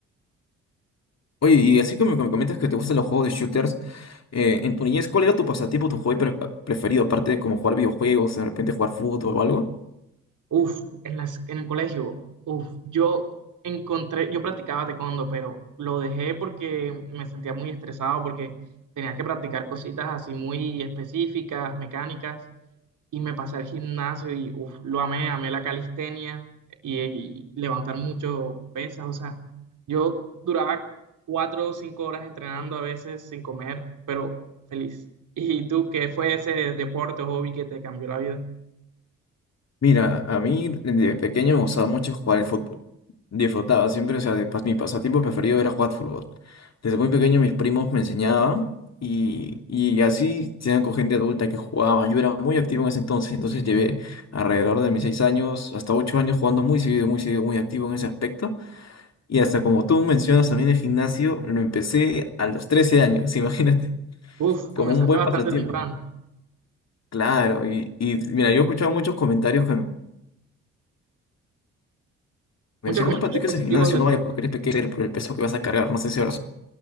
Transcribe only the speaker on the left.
Oye, y así como me comentas que te gustan los juegos de shooters. Eh, en tu niñez, ¿cuál era tu pasatiempo, tu hobby pre- preferido, aparte de como jugar videojuegos, de repente jugar fútbol o algo?
Mira, a mí de pequeño me gustaba mucho jugar el fútbol. Disfrutaba siempre, o sea, de pas- mi pasatiempo preferido era jugar fútbol. Desde muy pequeño mis primos me enseñaban y, y así tenían con gente adulta que jugaba. Yo era muy activo en ese entonces, entonces llevé alrededor de mis seis años hasta ocho años jugando muy seguido, muy seguido, muy activo en ese aspecto. Y hasta como tú mencionas también el gimnasio, lo empecé a los 13 años, <laughs> imagínate.
Como
un buen
pasatiempo.
Claro, y, y mira, yo he escuchado muchos comentarios que me decían,
no practiques
el gimnasio,
no
vayas porque eres pequeño por el peso que vas a cargar, no sé si ahora...